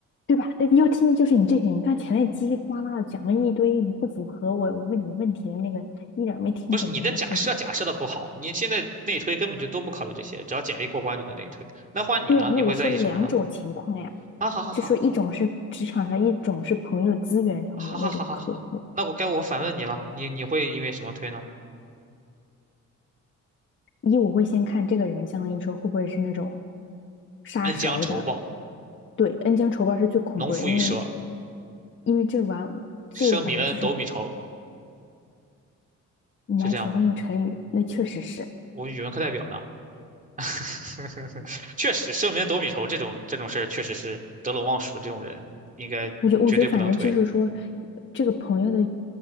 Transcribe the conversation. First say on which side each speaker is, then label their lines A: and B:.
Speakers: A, on the left (about 40°); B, on the right (about 25°).
A: 对吧？那要听的就是你这些，你看前面叽里呱啦的讲了一堆不符合我问你问题的那个，一点儿没听懂我在说什么。
B: 不是你的假设假设的不好，你现在内推根本就都不考虑这些，只要简历过关就能内推。那换你呢？
A: 对呀，那我说了两种情况呀，
B: 你会在意什么呢？啊，好好好，
A: 就说一种是职场上，一种是朋友资源上的那种客户。
B: 好好好好好，那我该我反问你了，你你会因为什么推呢？
A: 一我会先看这个人，相当于说会不会是那种杀熟的。
B: 恩将仇报，
A: 对，恩将仇报是最恐怖的，
B: 农夫与蛇，
A: 因为因为这玩这个反正就是
B: 生米恩，斗米仇，
A: 你还挺会用成语，
B: 是这样吗？
A: 那确实是。
B: 我语文课代表呢。<laughs> 确实，生米恩，斗米仇这种这种事儿，确实是得陇望蜀这种人应该绝对不能推
A: 我觉我觉得反正就是说，这个朋友的，